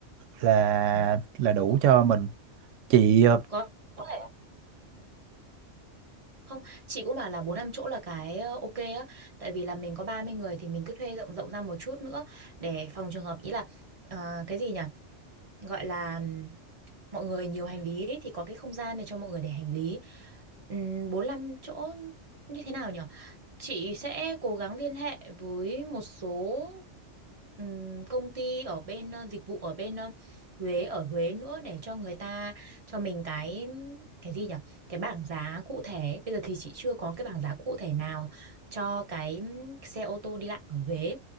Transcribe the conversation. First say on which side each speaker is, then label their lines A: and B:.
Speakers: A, on the right; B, on the right.
A: là
B: ừ.
A: là đủ
B: Đúng.
A: cho mình. Chị ờ,
B: có có thể không chị cũng bảo là bốn năm chỗ là cái ờ, ok á tại vì là mình có 30 người thì mình cứ thuê rộng rộng ra một chút nữa để phòng trường hợp ý là ờ, cái gì nhỉ gọi là ừm, mọi người nhiều hành lý ấy, thì có cái không gian này cho mọi người để hành lý Ừm, bốn 45 chỗ như thế nào nhỉ chị sẽ cố gắng liên hệ với một số ừm, công ty ở bên ờ, dịch vụ ở bên ờ, Huế ở Huế nữa để cho người ta cho mình cái cái gì nhỉ cái bảng giá cụ thể bây giờ thì chị chưa có cái bảng giá cụ thể nào cho cái ừm, xe ô tô đi lại ở Huế